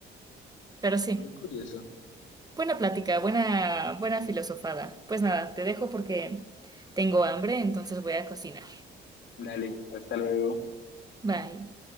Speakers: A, on the right; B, on the left.
A: Pero sí.
B: Muy curioso.
A: Buena plática, buena, buena filosofada. Pues nada, te dejo porque tengo hambre, entonces voy a cocinar.
B: Dale, hasta luego.
A: Bye.